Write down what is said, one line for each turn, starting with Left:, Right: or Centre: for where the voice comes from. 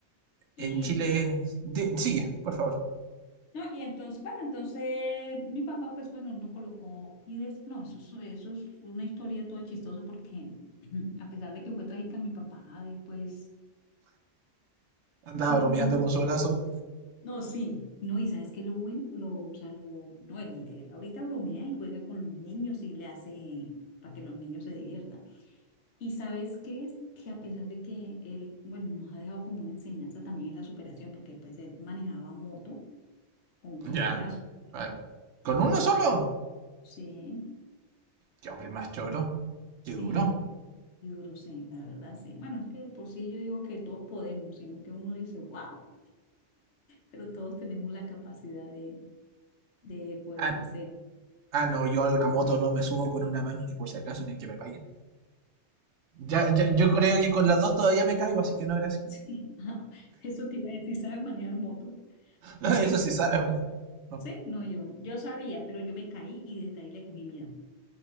Left: Y,
Right: En Chile... di- sigue, por favor.
Left: no, y entonces, bueno, entonces mi papá, pues bueno, no colocó y des- no, eso es, eso es una historia toda chistosa porque <clears throat> a pesar de que fue trágica, mi papá después,
Right: Andaba
Left: <laughs>
Right: bromeando
Left: no,
Right: con su brazo.
Left: no, sí, no, y sabes que lo bueno, lo, o sea, lo, no, él, él ahorita bromea y juega con los niños y le hace para que los niños se diviertan. Y sabes qué es que a pesar de que él, bueno, nos ha dejado como una enseñanza también en la superación, porque pues él manejaba moto con un solo
Right: Ya.
Left: brazo.
Right: A ver. ¿Con uno solo?
Left: Sí,
Right: Qué hombre más choro.
Left: sí,
Right: Qué duro.
Left: yo creo sí, la verdad sí. Bueno, es que de por sí yo digo que todos podemos, sino que uno dice, wow, pero todos tenemos la capacidad de, de poderlo
Right: Ah,
Left: hacer.
Right: ah, no, yo a una moto no me subo con una mano ni por si acaso, ni que me paguen. Ya, ya- yo creo que con las dos todavía me caigo, así que no, gracias.
Left: Sí, <laughs> ajá, eso te iba a decir, ¿sabes manejar moto?
Right: <laughs>
Left: Porque
Right: Eso
Left: yo,
Right: sí sabe, man. No.
Left: sí, no, yo, yo sabía, pero yo me caí y desde ahí le cogí miedo.